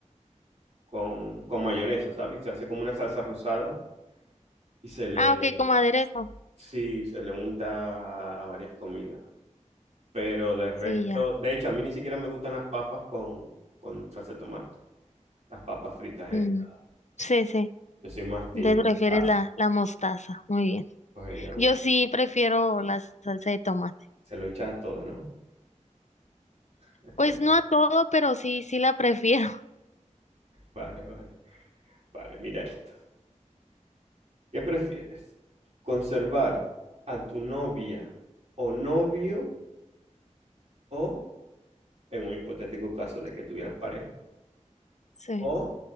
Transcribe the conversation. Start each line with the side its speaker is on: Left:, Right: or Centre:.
Right: con, con mayonesa, ¿sabes? Se hace como una salsa rosada y se le...
Left: Ah, ok, como aderezo.
Right: Sí, se le unta a varias comidas. Pero de resto,
Left: Sí, ya.
Right: de hecho, a mí ni siquiera me gustan las papas con, con salsa de tomate. las papas fritas
Left: Mm,
Right: estas.
Left: sí, sí.
Right: Yo soy más team
Left: Entonces prefieres
Right: mostaza.
Left: la, la mostaza. Muy bien.
Right: Cogería la mostaza.
Left: Yo sí prefiero la salsa de tomate.
Right: Se lo echas a todo, ¿no? <laughs>
Left: Pues no a todo, pero sí, sí la prefiero. <laughs>
Right: Vale, vale. Vale, mira esto. ¿Qué prefieres? ¿Conservar a tu novia o novio o, en un hipotético caso de que tuvieras pareja,
Left: Sí.
Right: o